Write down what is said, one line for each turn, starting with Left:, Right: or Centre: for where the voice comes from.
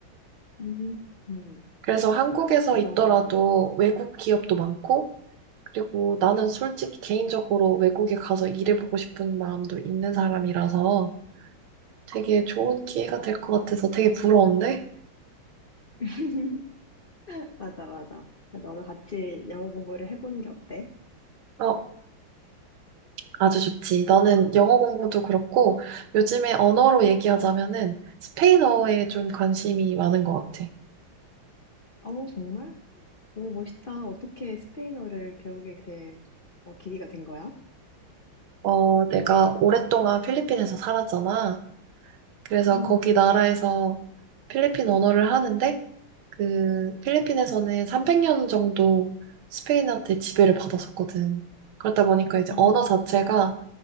Left: 음, 음
Right: 그래서 한국에서
Left: 맞아
Right: 있더라도
Left: 맞아.
Right: 외국 기업도 많고, 그리고 나는 솔직히 개인적으로 외국에 가서 일해보고 싶은 마음도 있는 사람이라서 되게 좋은
Left: 음.
Right: 기회가 될 것 같아서 되게 부러운데?
Left: <laughs> 맞아 맞아. 너도 같이 영어 공부를 해보는 게 어때?
Right: 어, 아주 좋지. 나는 영어 공부도 그렇고, 요즘에 언어로 얘기하자면은 스페인어에 좀 관심이 많은 것 같아.
Left: 어우 정말? 오, 멋있다. 어떻게 스페인어를 배우게 될 어, 계기가 된 거야?
Right: 어, 내가 오랫동안 필리핀에서 살았잖아. 그래서
Left: 음.
Right: 거기 나라에서 필리핀 언어를 하는데 그 필리핀에서는 300년 정도 스페인한테 지배를 받았었거든. 그렇다 보니까 이제
Left: 아,
Right: 언어 자체가